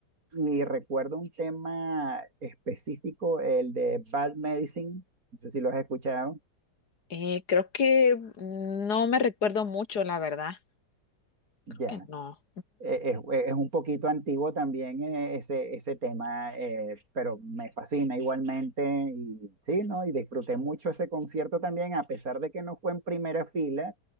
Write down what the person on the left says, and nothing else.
Eh, creo que no me recuerdo mucho, la verdad.
Creo que no.